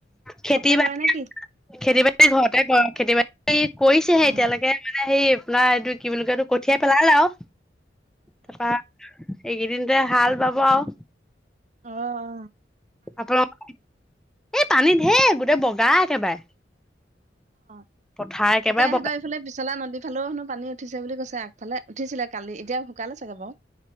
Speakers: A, in the centre; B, on the right (about 40°).
A: খেতি
B: ঘৰতে
A: বাতি
B: কৰে নে কি?
A: খেতি বাতি ঘৰতে কৰে খেতি বাতি- খেতি কৰিছেহে
B: অ
A: এতিয়ালৈকে মানে হে আপোনাৰ এইটো- কি বুলি কই এটো কঠিয়াই পেলালে আৰু তাৰপা - এইকেইদিনতে হাল বাব আৰু
B: অঁ অঁ!
A: আপোনালোকৰ এই পানীত ঢেৰ গোটেই বগা একেবাৰে।
B: অঁ
A: পথাৰ একেবাৰে
B: তাকে ইহঁতৰ
A: বগা
B: এইফালে পিচলা নদীত। আগফালেও হেনো পানী উঠিছে বুলি কৈছে আগফালে উঠিছিলে কালি এতিয়া শুকালে চাগে বাও।